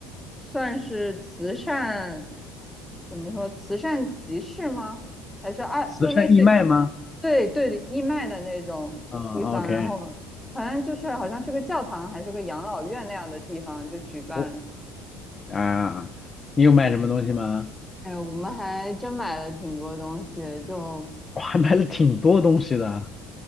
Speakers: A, in the centre; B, on the left.
A: 算是慈善，怎么说慈善集市吗？还是二就类似于
B: 慈善义卖吗？
A: 对对的义卖的那种地方，
B: 嗯，OK，
A: 然后反正就是好像是个教堂还是个养老院那样的地方就举办了。
B: 我啊，你有卖什么东西吗？
A: 哎，我们还真买了挺多东西，就
B: 我还买了挺多东西的。